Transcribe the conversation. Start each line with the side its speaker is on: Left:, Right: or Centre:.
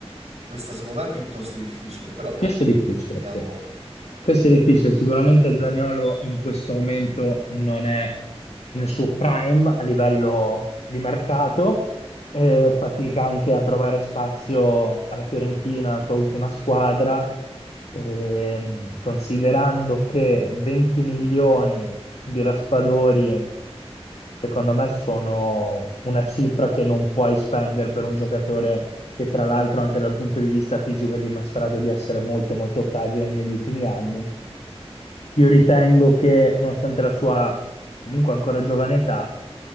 Right: questa secondo me è piuttosto difficile, però
Left: Questo è difficile,
Right: vediamo.
Left: sì. Questo è difficile. Sicuramente Zaniolo in questo momento non è nel suo prime a livello di mercato, eh, fatica anche a trovare spazio alla Fiorentina, la sua ultima squadra. Ehm, considerando che 20 milioni di raspadori, secondo me, sono una cifra che non puoi spendere per un giocatore che, tra l'altro, anche dal punto di vista fisico ha dimostrato di essere molto, molto fragile negli ultimi anni. Io ritengo che, nonostante la sua comunque ancora giovane età,